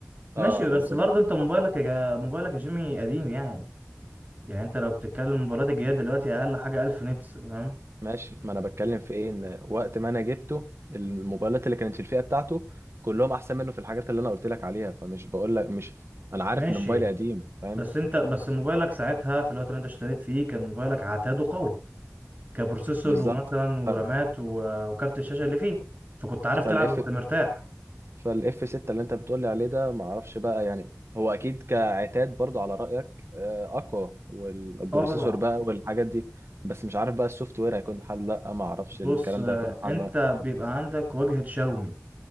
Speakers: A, on the right; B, on the right.
A: ماشي
B: اه
A: بس
B: ولما
A: برضه انت موبايلك يا جا... موبايلك يا جيمي قديم يعني يعني انت لو بتتكلم موبايلات الجديدة دلوقتي اقل حاجة 1000 نتس فاهم
B: ماشي ما أنا بتكلم في إيه إن وقت ما أنا جبته الموبايلات اللي كانت في الفئة بتاعته كلهم أحسن منه في الحاجات اللي أنا قلت لك عليها فمش بقول لك مش أنا عارف
A: ماشي
B: إن موبايلي قديم فاهم
A: بس انت بس موبايلك ساعتها في الوقت اللي انت اشتريت فيه كان موبايلك عتاده قوي كبروسيسور
B: بالظبط
A: ومثلا ورامات
B: ف...
A: و- وكارت الشاشة اللي فيه فكنت عارف
B: فالاف
A: تلعب وانت مرتاح
B: فالاف 6 اللي انت بتقولي عليه ده ما اعرفش بقى يعني هو اكيد كعتاد برضو على رايك آه، اقوى والبروسيسور
A: اه طبعا
B: بقى والحاجات دي بس مش عارف بقى السوفت وير هيكون حل لا ما اعرفش
A: بص
B: الكلام
A: آه،
B: ده هيكون
A: انت
B: حل لا
A: بيبقى عندك واجهة شاومي